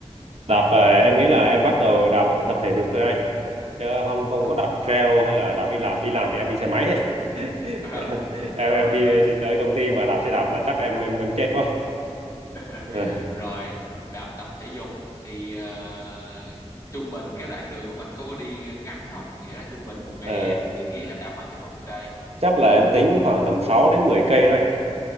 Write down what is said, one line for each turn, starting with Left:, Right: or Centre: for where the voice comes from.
Right: đạp ờ, em nghĩ là em bắt đầu đạp tập thể dục thôi anh chứ không không
Left: tập
Right: có đạp trail hay là đạp đi làm đi làm thì em đi xe máy <laughs>
Left: <laughs> Ờ,
Right: em
Left: rồi
Right: em đi đi tới công ty mà đạp xe đạp là chắc em em em chết quá
Left: <laughs>
Right: <laughs>
Left: rồi đạp tập thể dục thì ờ, trung bình cái đoạn đường của mình có có đi ngắn không nghĩa là trung bình một ngày
Right: Ờ,
Left: em dự kiến là em đạp khoảng chừng bao nhiêu cây
Right: chắc là em tính khoảng tầm sáu đến mười cây thôi